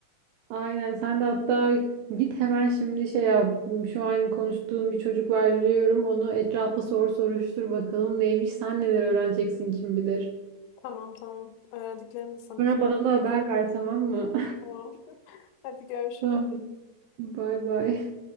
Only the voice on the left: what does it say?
Tamam tamam. Öğrendiklerimi de sana
Tamam. <laughs> Hadi görüşürüz.